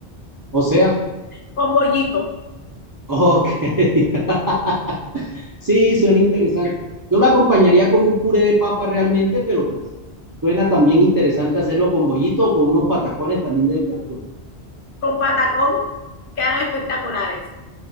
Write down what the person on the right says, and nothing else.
O sea,
ok. <laughs> Sí, suena interesante. Yo lo acompañaría con un puré de papa realmente, pero pues suena también interesante hacerlo con bollito o con unos patacones, también debe quedar bueno.